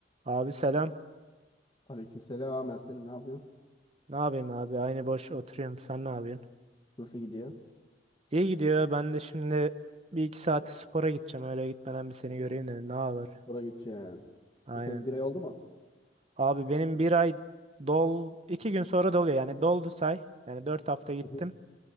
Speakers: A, on the right; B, on the left.
A: Abi selam.
B: Aleykümselam Ersen'im ne yapıyorsun?
A: Ne yapayım abi? Aynı boş oturuyorum. Sen ne yapıyorsun?
B: Nasıl gidiyor?
A: İyi gidiyor. Ben de şimdi bir iki saate spora gideceğim. Öyle gitmeden bir seni göreyim dedim. Ne haber?
B: Spora gideceksin.
A: Aynen.
B: E Sen bir ay oldu mu?
A: Abi benim bir ay dol... iki gün sonra doluyor. Yani doldu say. Yani dört hafta gittim.
B: Hı hı.